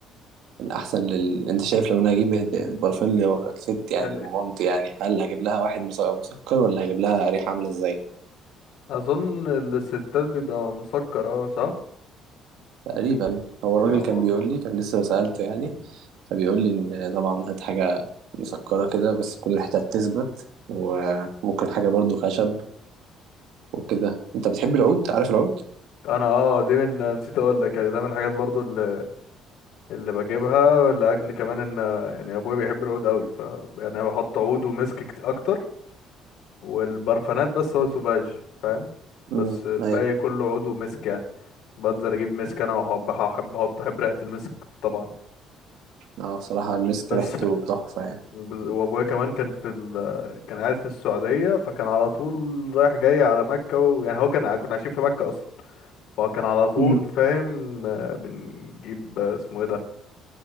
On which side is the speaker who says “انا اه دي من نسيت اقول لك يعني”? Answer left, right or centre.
Left